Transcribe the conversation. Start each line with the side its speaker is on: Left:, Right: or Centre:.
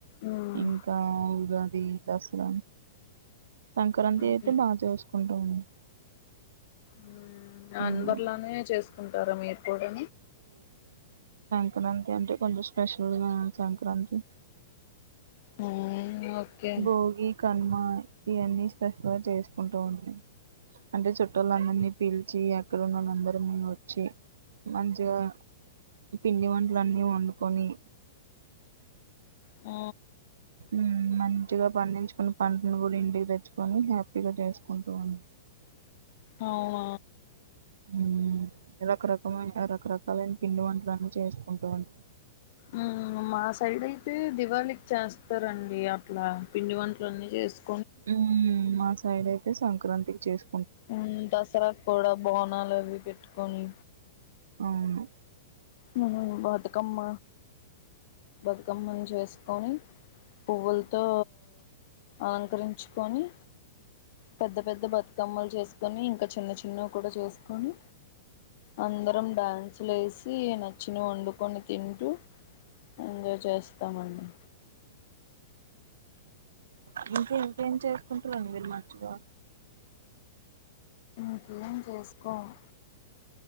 Left: మ్మ్
Right: ఇంక ఉగాది దసర సంక్రాంతి
Left: ఓకే
Right: అయితే బా చేసుకుంటామండి
Left: మ్
Right: మ్,
Left: అందర్లనే చేసుకుంటారా మీరు కూడా
Right: అంటే అంటే కొంచెం స్పెషల్గా సంక్రాంతి
Left: మ్మ్ ఓకే
Right: భోగి కనుమ ఇవన్నీ స్పెషల్ గా చేసుకుంటం అండి అంటే చుట్టూల అందరినీ పీలిచి ఎక్కడన్నళ అందరము ఒచ్చి మంచిగా పిండి వంటలున్ని వండుకుని
Left: ఔ
Right: మ్ మంచిగా పండించుకుని పంటను కూడా ఇంటికి తెచ్చు కుని హ్యాపీగా చేసుకుంటూ ఉం
Left: ఓ వ
Right: మ్ రకరకమంట రకరకాలైన పిండి వంటలన్న చేసుకుంటం అండి
Left: మ్ మా సైడ్ అయితే దివాళికి చేస్తారండి అట్లా పిండి వంటలన్నీ చెస్త్
Right: మ్ మా సైడ్ అయితే సంక్రాంతి చేసు
Left: ఉ దసరా కూడా బోనాల్ అవి పెట్టుకొని
Right: అవును
Left: మ్ బతుకమ్మ బతుకమ్మని చేసుకొని పువ్వుల్ తో అలంకరించుకొని పెద్ద పెద్ద బతుకమ్మల్ చేసుకొని ఇంకా చిన్న చిన్నవి కూడా చేసుకొని అందరం డాన్సులు ఏసీ నచ్చినాయి వండుకొని తింటూ ఎంజాయ్ చేస్తామండి
Right: మ్ ఇంక ఇంకేం చేసుకుంటారండి మీరు మంచిగా
Left: ఇంకేం చేస్కోమ్